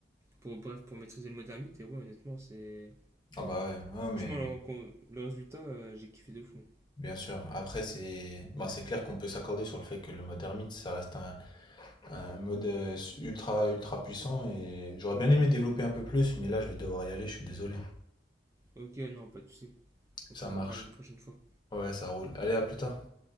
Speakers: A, on the right; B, on the left.
A: pour, bref, pour maîtriser le modernite. Et ouais, honnêtement, c'est.
B: Ah bah ouais, ouais,
A: Franchement,
B: mais
A: le, le résultat, euh, j'ai kiffé de fou.
B: Bien sûr. Après, c'est bah, c'est clair qu'on peut s'accorder sur le fait que le mode ermite, ça reste un, un mode euh, ultra, ultra puissant et j'aurais bien aimé développer un peu plus, mais là, je vais devoir y aller, je suis désolé.
A: Ok, non, pas de soucis. On
B: Ça
A: pourra
B: marche.
A: en reparler une prochaine fois.
B: Ouais, ça roule. Allez, à plus tard.